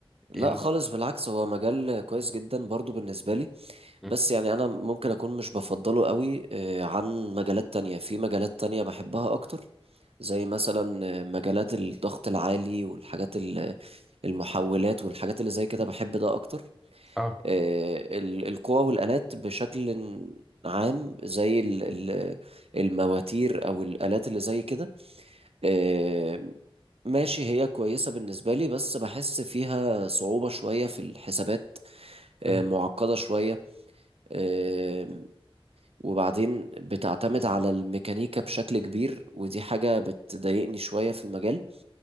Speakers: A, on the right; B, in the centre.
A: لا
B: إيه
A: خالص
B: نز-
A: بالعكس هو مجال كويس جدا برضو بالنسبة لي
B: مم.
A: بس يعني انا ممكن اكون مش بفضله قوي آه، عن مجالات تانية في مجالات تانية بحبها اكتر زي مثلا آه، مجالات الضغط العالي والحاجات ال- المحولات والحاجات اللي زي كده بحب ده اكتر
B: اه
A: آه، ال- القوى والآلات بشكل عام زي ال- ال- المواتير او الآلات اللي زي كده آه، ماشي هي كويسة بالنسبة لي بس بحس فيها صعوبة شوية في الحسابات آه،
B: مم.
A: معقدة شوية آه، وبعدين بتعتمد على الميكانيكا بشكل كبير ودي حاجة بتضايقني شوية في المجال